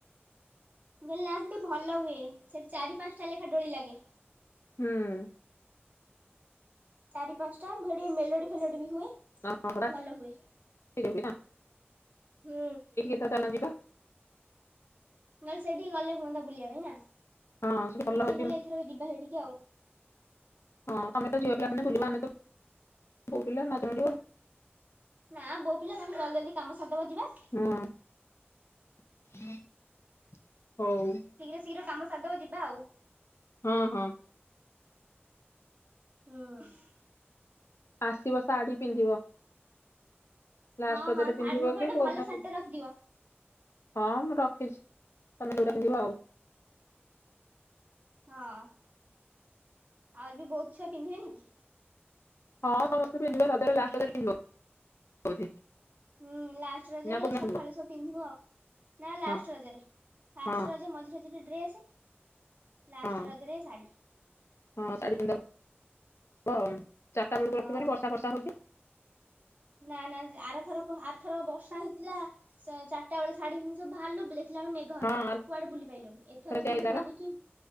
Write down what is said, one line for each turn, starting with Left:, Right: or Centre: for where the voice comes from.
Right: ମୁଁ କଇଲି ନା ସେଠି ଭଲ ହୁଏ ସେଠି ଚାରି ପାଞ୍ଚଟା ଲେଖା ଡୋଳି ଲାଗେ।
Left: ହୁଁ।
Right: ଚାରି ପାଞ୍ଚଟା ସେଠି ମେଲୋଡି ଫେଲୋଡି ବି ହୁଏ।
Left: <unintelligible>
Right: ଭଲ ହୁଏ ହୁଁ।
Left: ତ ଚାଲୁନ ଯିବା।
Right: ନହେଲେ ସେଇଠିକି ଗଲେ ହୁଅନ୍ତା ବୁଲିବା ପାଇଁ ନା,
Left: ହଁ ସେଠି ଭଲ
Right: ଦେଖିଆ
Left: ହଉଛି
Right: ନହେଲେ ଏଥର ଯିବା ସେଇଠିକି ଆଉ।
Left: ହଁ ତମେ ତ ଝିଅ ପିଲାମାନେ ବୁଲିବ, ଆମେ ତ ବୋଉ ପିଲା ନାଜ ମାଡ଼ିବ।
Right: ନା ବୋଉପିଲା ତମେ ଜଲ୍ଦି ଜଲ୍ଦି କାମ ସାରିଦବ ଯିବା।
Left: ହୁଁ ହଉ।
Right: ଶୀଘ୍ର ଶୀଘ୍ର କାମ ସାରିଦବ ଯିବା ଆଉ।
Left: ହୁଁ ହୁଁ।
Right: ଓ <unintelligible>
Left: ଆସିବ ଶାଢ଼ୀ ପିନ୍ଧିବ। ଲାଷ୍ଟ
Right: ହଁ
Left: ରଜରେ
Right: ହଁ ଶାଢ଼ୀ
Left: ପିନ୍ଧିବ
Right: ମୋ ପାଇଁ
Left: କି
Right: ଗୋଟେ
Left: କୋଉ
Right: ଭଲ
Left: ଦିନ
Right: ଶାଢ଼ୀଟେ
Left: ପି
Right: ରଖିଥିବ।
Left: ହଁ ମୁଁ ରଖିଛି ତମେ ଯୋଉଟା ପିନ୍ଧିବ ଆଉ।
Right: ହଁ ଆଉରି ବି ବହୁତ ଛୁଆ ପିନ୍ଧିବେନି କି?
Left: ହଁ ସମସ୍ତେ ପିନ୍ଧିବେ ରଜରେ ଲାଷ୍ଟ ରଜରେ ପିନ୍ଧିବେ ବୋଧେ।
Right: ହୁଁ ଲାଷ୍ଟ ରଜରେ
Left: ନା କୋଉଦିନ
Right: ସଖାଳେ
Left: ପିନ୍ଧିବ
Right: ପିନ୍ଧିବ ନା ଲାଷ୍ଟ
Left: ହଁ
Right: ରଜରେ ଫାଷ୍ଟ
Left: ହଁ
Right: ରଜ ମଝିରେ ଯ ଡ୍ରେସେ ଲାଷ୍ଟ
Left: ହଁ
Right: ରଜରେ ଶାଢୀ।
Left: ହଁ ଶାଢ଼ୀ ପିନ୍ଧା ବ ଚାରିଟା ବେଳକୁ ରଖିବନି
Right: ଅ
Left: ବର୍ଷା ଫର୍ଷା ହଉଚି।
Right: ନା ନା ଆରଥରକ ଆରଥରକ ବର୍ଷ ବର୍ଷା ହଉଥିଲା ସ ଚାରିଟା ବେଳେ ଶାଢୀ ପିନ୍ଧି ସବୁ ବାହାରଲୁ ଦେଖିଲା ବେଳୁ ମେ ମେଘ ହେଲା
Left: ହଁ ଆଉ
Right: କୁଆଡ଼େ ବୁଲି ପାଇଲୁନି ଏଥର
Left: ଥରେ ସେଇଆ
Right: କିନ୍ତୁ
Left: ହେଇଥିଲା
Right: ଭାବୁଚୁ
Left: ବା